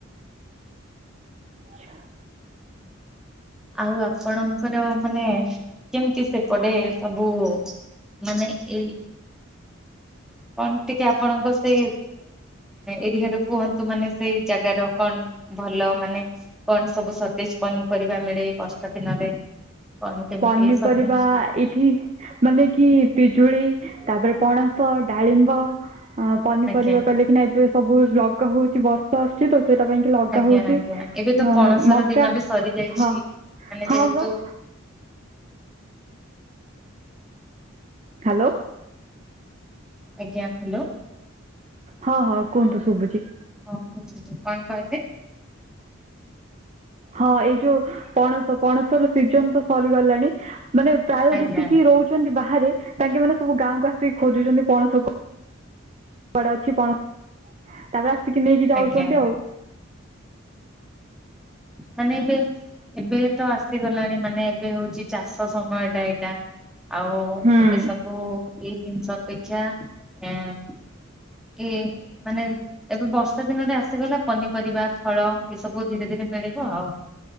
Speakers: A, on the right; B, in the centre.
A: ଆଛା।
B: ଆଉ ଆପଣଙ୍କର ମାନେ କେମିତି ସେପଡେ ସବୁ ମାନେ ଏଇ କଣ ଟିକେ ଆପଣଙ୍କ ସେଇ ଏରିଆ ର କୁହନ୍ତୁ ମାନେ ସେଇ ଜାଗାର କଣ ଭଲ ମାନେ କଣ ସବୁ ସତେଜ ପନିପରିବା ମିଳେ ବର୍ଷା ଦିନରେ କଣ କେମିତି
A: ପନିପରିବା
B: ଏ ସବୁ।
A: ଏଇଠି ମାନେ କି ପିଜୁଳି ତାପରେ ପଣସ ଡାଳିମ୍ବ ଅ ପନିପରିବା
B: ଆଜ୍ଞା।
A: କଲେ କି ନା ଏବେ ସବୁ ଲଗା ହଉଛି। ବର୍ଷା ଆସୁଛି ତ ସେଟା ପାଇଁ କି ଲଗା
B: ଆଜ୍ଞା
A: ହଉଛି
B: ଆଜ୍ଞା ଏବେ ତ
A: ଅ
B: ପଣସ
A: ମକା
B: ର ଦିନ ବି ସରିଯାଇଛି।
A: ହଁ
B: ମାନେ
A: ହଁ
B: ଯେହେତୁ
A: ବା ହ୍ୟାଲୋ।
B: ଆଜ୍ଞା ହ୍ୟାଲୋ।
A: ହଁ ହଁ କୁହନ୍ତୁ ସୁବୁଚି।
B: ହଁ କୁହନ୍ତୁ କଣ କହିଲେ?
A: ହଁ ଏଇ ଯୋଉ ପଣସ ପଣସ ର ସିଜନ ତ ସରିଗଲାଣି। ମାନେ ପ୍ରାୟ
B: ଆଜ୍ଞା
A: ଯେତିକି ରହୁଛନ୍ତି ବାହାରେ। ତାଙ୍କେ ମାନେ ସବୁ ଗାଁକୁ ଆସିକି ଖୋଜୁଛନ୍ତି ପଣସକୁ। କୁଆଡେ ଅଛି ପଣ ତାପରେ ଆସିକି ନେଇକି ଯାଉଛନ୍ତି
B: ଆଜ୍ଞା
A: ଆଉ।
B: ମାନେ ଏବେ ଏବେ ତ ଆସିଗଲାଣି ମାନେ ଏବେ ହଉଛି ଚାଷ ସମୟ ଟା ଏଇଟା। ଆଉ
A: ହୁଁ
B: ଏବେ ସବୁ ଏଇ ଜିନିଷ ଅପେକ୍ଷା ଆଁ ଏ ମାନେ ଏବେ ବର୍ଷା ଦିନରେ ଆସିଗଲା ପନିପରିବା ଫଳ। ଏ ସବୁ ଧୀରେ ଧୀରେ ମିଳିବ ଆଉ।